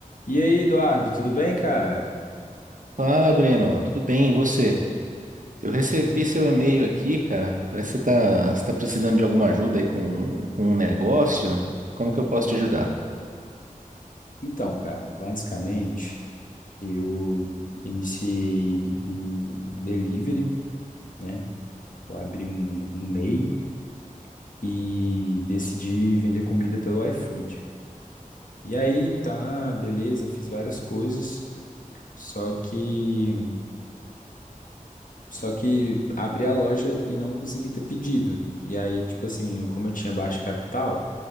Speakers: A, on the left (about 65°); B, on the right (about 65°).
A: E aí, Eduardo, tudo bem, cara?
B: Fala, Breno. Tudo bem, e você? Eu recebi seu e-mail aqui, cara. Parece que você tá, você tá precisando de alguma ajuda aí com, com um negócio. Como que eu posso te ajudar?
A: Então, cara, basicamente eu iniciei um delivery, né? Eu abri um, um MEI e decidi vender comida pelo iFood. E aí, tá, beleza, fiz várias coisas, só que só que abri a loja e não consegui ter pedido. E aí, tipo assim, eu- como eu tinha baixo capital,